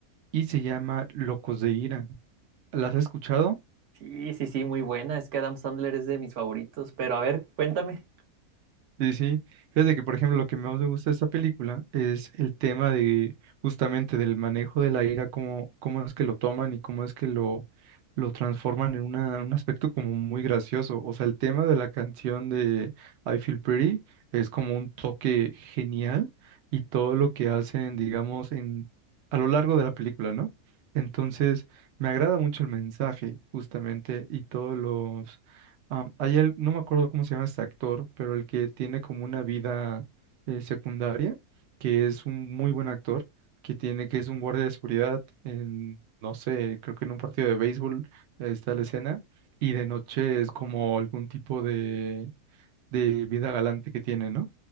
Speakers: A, on the right (about 70°); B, on the right (about 55°).
A: y se llama Locos de Ira. ¿Las has escuchado?
B: Sí, sí, sí, muy buena. Es que Adam Sandler es de mis favoritos. Pero a ver, cuéntame.
A: Sí, sí. Fíjate que, por ejemplo, lo que más me gusta de esta película es el tema de justamente del manejo de la ira, cómo, cómo es que lo toman y cómo es que lo, lo transforman en una- un aspecto como muy gracioso. O sea, el tema de la canción de I Feel Pretty es como un toque genial y todo lo que hacen, digamos, en, a lo largo de la película, ¿no? Entonces, me agrada mucho el mensaje, justamente, y todos los Am, hay el- no me acuerdo cómo se llama este actor, pero el que tiene como una vida eh, secundaria, que es un muy buen actor, que tiene, que es un guardia de seguridad en, no sé, creo que en un partido de béisbol eh, está la escena, y de noche es como algún tipo de, de vida galante que tiene, ¿no?